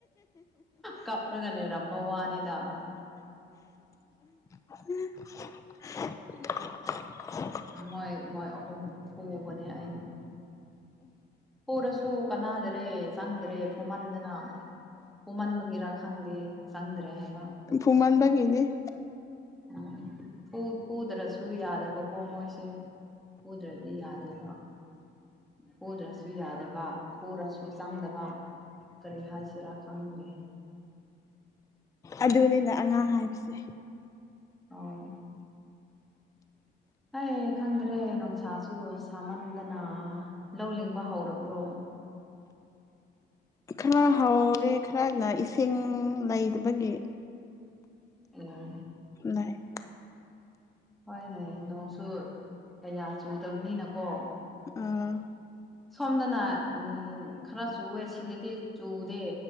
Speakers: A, in the centre; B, on the left.
A: ꯀꯞꯔꯒ ꯂꯩꯔꯝꯕ ꯋꯥꯅꯤꯗꯥ
B: <unintelligible>
A: ꯍꯣꯏ ꯃꯣꯏ ꯑꯍꯨꯝꯕꯨ ꯐꯕꯅꯦ ꯑꯩꯅ ꯐꯨꯔꯁꯨ ꯀꯥꯟꯅꯥꯗ꯭ꯔꯦ ꯆꯪꯗ꯭ꯔꯦ ꯐꯨꯝꯃꯟꯗꯅ ꯐꯨꯝꯃꯟꯕꯒꯤꯔ ꯈꯪꯗꯦ ꯆꯪꯗ꯭ꯔꯦ ꯍꯥꯏꯕ
B: ꯐꯨꯃꯥꯟꯕꯒꯤꯅꯤ
A: ꯎꯝ ꯐꯨ ꯐꯨꯗ꯭ꯔꯁꯨ ꯌꯥꯗꯕ ꯃꯣꯏꯁꯦ ꯄꯨꯗ꯭ꯔꯗꯤ ꯌꯥꯗꯦꯕ ꯐꯨꯗ꯭ꯔꯁꯨ ꯌꯥꯗꯕ ꯄꯨꯔꯁꯨ ꯆꯪꯗꯕ ꯀꯔꯤ ꯍꯥꯏꯁꯤꯔꯥ ꯈꯪꯗ꯭ꯔꯦ
B: ꯑꯗꯨꯅꯤꯅ ꯑꯉꯥꯡ ꯍꯥꯏꯕꯁꯦ
A: ꯑꯣ ꯑꯩ ꯈꯪꯗ꯭ꯔꯦ ꯅꯨꯡꯁꯥꯁꯨ ꯁꯥꯃꯟꯗꯅ ꯂꯧ ꯂꯤꯡꯕ ꯍꯧꯔꯕ꯭ꯔꯣ
B: ꯈꯔ ꯍꯥꯎꯔꯦ ꯈꯔꯅ ꯏꯁꯤꯡ ꯂꯩꯕꯒꯤ
A: ꯎꯝ
B: ꯂꯩꯥ
A: ꯍꯣꯏꯅꯦ ꯅꯣꯡꯁꯨ ꯀꯌꯥ ꯆꯨꯗꯕꯅꯤꯅꯀꯣ
B: ꯑꯥ
A: ꯁꯣꯝꯗꯅ ꯎꯝ ꯈꯔ ꯆꯨꯋꯦ ꯁꯤꯗꯗꯤ ꯆꯨꯗꯦ